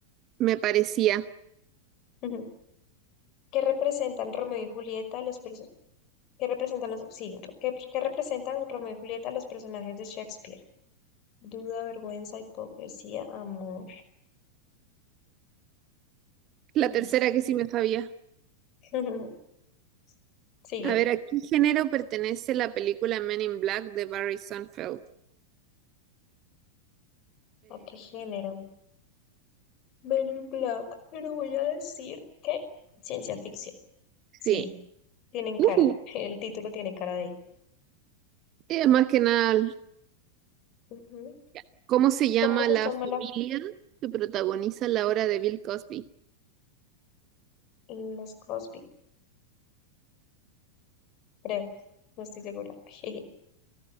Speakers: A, on the right; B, on the left.
A: Me parecía.
B: Ujú. ¿Qué representan Romeo y Julieta, los personajes? ¿Qué representan los, sí, ¿qué, qué representan Romeo y Julieta los personajes de Shakespeare? Duda, vergüenza, hipocresía, amor.
A: La
B: Listo.
A: tercera que sí me sabía.
B: <laughs> Sigue.
A: A ver, ¿a qué género pertenece la película Men in Black de Barry Sunfeld?
B: ¿A qué género? Men in Black. Pero voy a decir que ciencia ficción. Sí,
A: Sí.
B: tienen cara.
A: Ujú.
B: El título tiene cara de.
A: Es más que nada,
B: Ujú.
A: ya. ¿cómo se llama
B: ¿Cómo se
A: la
B: llama
A: familia
B: la,
A: que protagoniza la obra de Bill Cosby?
B: los Cosby? Creo. No estoy segura. <laughs>